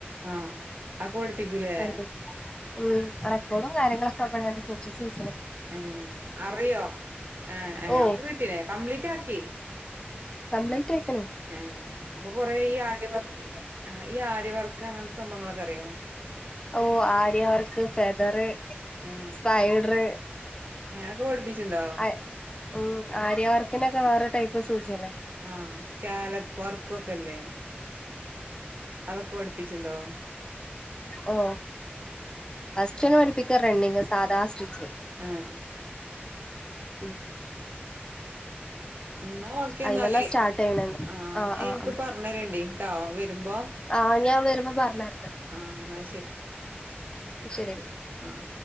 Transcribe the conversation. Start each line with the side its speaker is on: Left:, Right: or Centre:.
Right: ആഹ് അതൊക്കെ പഠിപ്പിക്കൂല്ലേ
Left: പഠിപ്പിക്കും ഉം റെക്കോർഡും കാര്യങ്ങളൊക്കെ ഇപ്പഴുവെണ്ട് സൂക്ഷിച്ച് വെച്ചൊ
Right: ഏഹ് അറിയോ ഏഹ്
Left: ഓ
Right: അവക്ക് കിട്ടീല്ലേ കംപ്ലീറ്റാക്കി
Left: കംപ്ലീറ്റായിക്ക്ണ്
Right: ഏഹ് അപ്പൊ കൊറേ ഈ ആര്യ വർക്ക് ആഹ് ഈ ആര്യവർക്ക് അങ്ങനത്തെ സംഭവങ്ങളൊക്കെ അറിയോ
Left: ഓഹ് ആര്യ വർക്ക് ഫെദറ്
Right: ഏ
Left: സ്പൈഡറ്
Right: ഏ അതൊക്കെ പഠിപ്പിച്ചിണ്ടോ
Left: അ ഉം ആര്യവർക്കിനൊക്കെ വേറെ ടൈപ്പ് സൂചി അല്ലേ
Right: ആഹ് സ്കാലപ് വർക്കൊക്കെല്ലേ അതൊക്കെ പഠിപ്പിച്ചിണ്ടോ
Left: ഓഹ് ഫസ്റ്റന്നെ പഠിപ്പിക്ക റണ്ണിങ് സാദാ സ്റ്റിച്ച്
Right: ആഹ്
Left: ഉം
Right: ഉം ഇന്നാ ഓക്കെ എന്നാല്
Left: അയിമന്നാ സ്റ്റാർട്ട് ചെയ്യണന്ന്
Right: ആഹ് എന്നാ എനിക്ക്
Left: ആഹ്
Right: പറഞ്ഞരേണ്ടിട്ടോ വരുമ്പോ
Left: ആഹ് ഞാ വര്മ്പോ പറഞ്ഞറണ്ട്
Right: ആ എന്നാ
Left: ശരി എടി
Right: ആഹ്